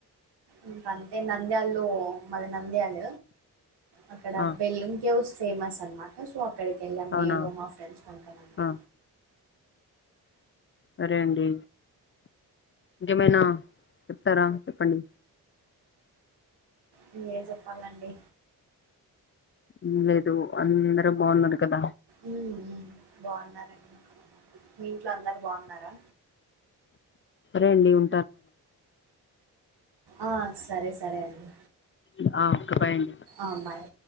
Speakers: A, on the right; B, on the left.
A: ఇంకా అంతే నంద్యలో మరి నంద్యాల అక్కడ
B: ఆ
A: బెల్లున్ కేవ్స్ సేమస్ అనమాట సో అక్కడికి వెళ్ళాం
B: అవునా
A: నేను మా ఫ్రెండ్స్ కొంతమంది
B: ఆ సరే అండి ఇంకేమైనా చెప్తారా చెప్పండి
A: మీరే చెప్పాల అండి
B: హ్మ్ లేదు అందరు బావున్నారు కద
A: మ్మ్ బాగున్నారండి మీ ఇంట్లో అందరు బాగున్నారా
B: రెండ్యూం
A: ఆ సరే సరే అండి
B: ఆ ఓకే బాయ్ అండి
A: ఆ బాయ్